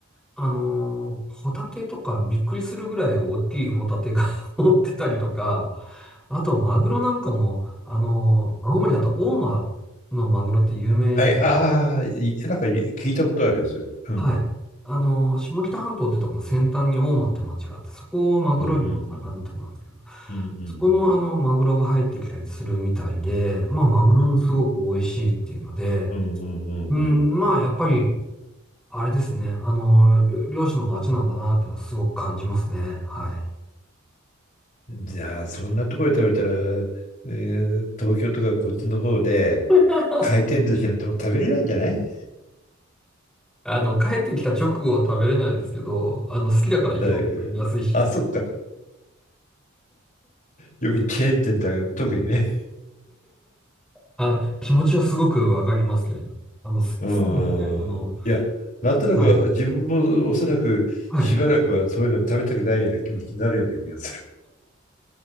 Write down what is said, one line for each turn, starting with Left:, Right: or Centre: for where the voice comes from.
Centre: あのーホタテとかびっくりするぐらい大きいホタテが <laughs> 乗ってたりとか、あとマグロなんかも、あのー青森だと大間のマグロって有名じゃん。
Left: はい、ああ、いなんかい聞いたことあるよ、それ。うん。
Centre: はい。あのー下北半島ってところの先端に大間って町があって、そこをマグロ漁が盛んなところなんですけど、
Left: うんうんうんうん
Centre: そこのあの、マグロが入ってきたりするみたいで、まあ、マグロもすごく美味しいっていうので、
Left: うんうんああうんうんうん
Centre: うん、まあ、やっぱりあれですね。あの、りょ漁師の町なんだなっていうのはすごく感じますね。はい。
Left: うんじゃあ、そんなところで食べたら、えー東京とかこっちの方で
Centre: <laughs>
Left: 回転寿司なんてもう食べれないんじゃない
Centre: あの、帰ってきた直後は食べれないですけど、あの、好きだから行きます。
Left: だよね。
Centre: 安いし。
Left: あ、そっか。よくチェーン店だが特にね。
Centre: あ、気持ちはすごくわかりますけれど。あの、す、
Left: うん。
Centre: 好きなんで、あの、
Left: いや、なんとなく自分もおそらくしばらくはそういうの食べたくないような気持ちになるような気がする。
Centre: はい。はい。